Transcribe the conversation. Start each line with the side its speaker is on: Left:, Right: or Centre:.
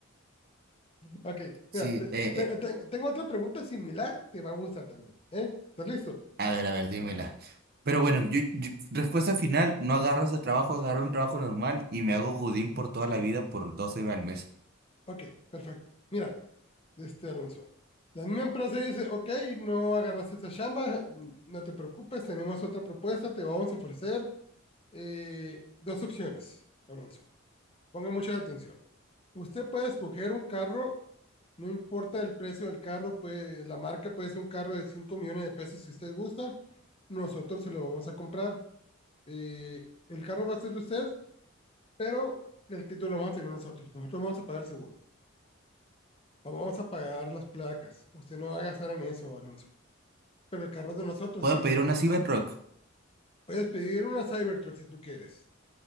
Left: Ok,
Right: Sí,
Left: mira, te-
Right: eh,
Left: te-
Right: eh,
Left: te- tengo otra pregunta similar, te va a gustar también, ¿eh? ¿Estás listo?
Right: a ver, a ver, dímela. Pero bueno, yo, yo- respuesta final, no agarro ese trabajo, agarro
Left: Ok,
Right: un trabajo normal y me hago godín por toda la vida por doce al mes.
Left: ok, perfecto. Mira, este Alonso, la misma empresa dice, ok, no agarraste esa chamba, mm, no te preocupes, tenemos otra propuesta, te vamos a ofrecer eh, dos opciones, Alonso. Ponga mucha atención. Usted puede escoger un carro No importa el precio del carro, puede, la marca puede ser un carro de 5 millones de pesos si usted gusta. Nosotros se lo vamos a comprar. Eh, el carro va a ser de usted, pero el título lo vamos a tener nosotros. Nosotros vamos a pagar el seguro. Vamos a pagar las placas. Usted no va a gastar en eso, Alonso. Pero el carro es de nosotros,
Right: ¿Puedo
Left: así que
Right: pedir
Left: nos,
Right: una Cybertruck?
Left: puedes pedir una Cybertruck si tú quieres,